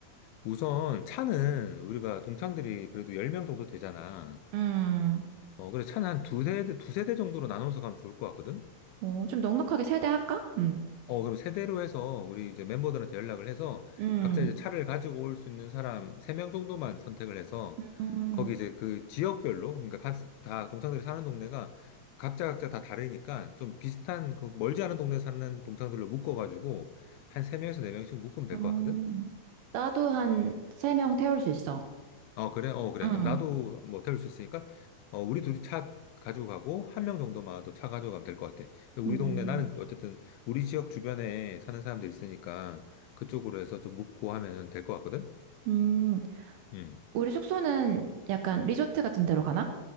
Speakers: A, on the left; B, on the right.
A: 우선 차는 우리가 동창들이 그래도 10명 정도 되잖아.
B: 음.
A: 어, 그래서 차는 한 두세 대, 두세 대 정도로 나눠서 가면 좋을 것 같거든?
B: 어, 좀 넉넉하게 세대할까? 음.
A: 어, 그럼 세대로 해서 우리 이제 멤버들한테 연락을 해서
B: 음.
A: 각자 이제 차를 가지고 올 수 있는 사람 세 명 정도만 선택을 해서
B: 음.
A: 거기 이제 그 지역별로 그러니까 각- 다 동창들이 사는 동네가 각자 각자 다 다르니까 좀 비슷한 그 멀지 않은 동네 사는 동창들로 묶어가지고 한 세 명에서 네 명씩 묶으면 될
B: 음.
A: 것 같거든?
B: 나도 한 세 명 태울 수 있어.
A: 어, 그래? 어, 그래.
B: 음.
A: 그럼 나도 뭐 태울 수 있으니까, 어, 우리 둘이 차 가지고 가고, 한 명 정도만 더 차 가져가면 될 것 같아. 근데
B: 음.
A: 우리 동네, 나는 어쨌든 우리 지역 주변에 사는 사람들 있으니까, 그쪽으로 해서 좀 묻고 하면 될 것 같거든?
B: 음.
A: 음.
B: 우리 숙소는 약간 리조트 같은 데로 가나?